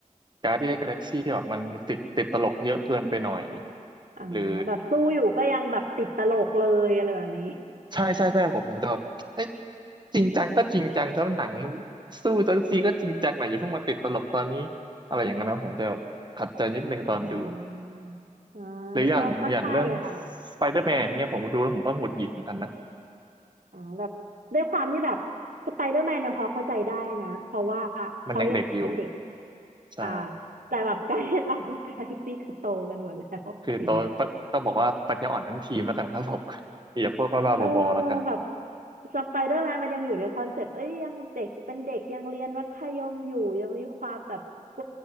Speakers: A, on the right (about 35°); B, on the right (about 80°).
A: การ์ดเดียนกาแล็กซี่ที่แบบมันมันติดติดตลกเยอะเกินไปหน่อย
B: อ่าแบบสู้อยู่ก็ยังแบบติดตลกเลยอะไรแบบนี้
A: หรือ ใช่ใช่ใช่ผมผมจะแบบเอ้ยจริงจังก็จริงจังแล้วหนังมันสู้จังซีก็จริงจังหน่อยอย่าเพิ่งมาติดตลกตอนนี้อะไรอย่างนั้นนะผมจะขัดใจนิดนึงตอนดู
B: <laughs> อ่าอ่า
A: หรืออย่างอย่างเรื่อง
B: ก็ก็ใช่อ่ะ
A: สไปเดอร์แมนเนี่ยผมดูแล้วผมก็หงุดหงิดเหมือนกันนะ
B: อ่าแบบด้วยความที่แบบสไปเดอร์แมนยังพอเข้าใจได้นะเพราะว่าเขายังเป็นเด็ก
A: มันยังเด็กอยู่ใช่
B: อ่าแต่แบบการเล่นออกเดอะกาแล็กซี่คือโตกันหมดแล้วอย่างเงี้ย
A: คือโตต้องบอกว่าปัญญาอ่อนทั้งทีมแล้วกันครับผม <laughs> อย่าพวกบ้าๆบอๆแล้วกัน
B: เออแบบสไปเดอร์แมนมันยังอยู่ในคอนเซปต์เอ้ยยังเด็กเป็นเด็กยังเรียนมัธยมอยู่ยังมีความแบบก